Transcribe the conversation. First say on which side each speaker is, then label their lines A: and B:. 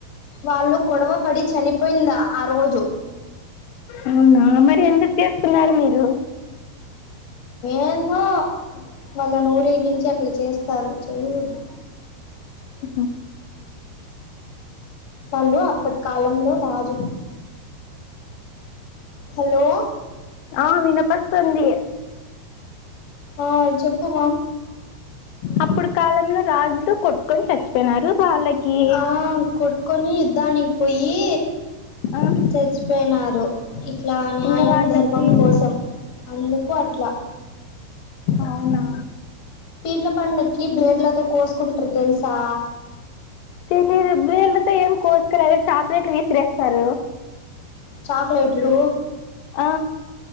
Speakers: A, on the left; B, on the left.
A: వాళ్ళు గొడవ పడి చనిపోయిందా ఆ రోజు
B: అవునా మరి ఎందుకు చేస్తున్నారు మీరు
A: ఏన్నో వాళ్ళన్ ఊరేగించి అట్లా చేస్తారు చేయకుడద్
B: ఆ
A: వాళ్ళు అప్పటి కాలంలో రాజు హలో
B: ఆ వినప్పసంది
A: ఆ చెప్పుమా
B: అప్పుడు కాలంలో రాజులు కొట్టుకొని చచ్చిపోయినారు వాళ్ళకి
A: ఆ కొట్టుకొని యుద్ధానికి పోయి
B: ఆ
A: చచ్చిపోయినర్ ఇట్లా న్యాయం
B: ఇంకా వాళ్ళకి
A: ధర్మం కోసం అందుకు అట్లా
B: అవునా
A: పీడ్ల పండక్కి బ్లేడ్లతో కోసుకుంట్రు తెలుసా
B: తెలీదు బ్లేడులతో ఏం కోసుకురు అదే చాక్లెట్లు విసిరేస్తారు
A: చాక్లెట్లు
B: ఆ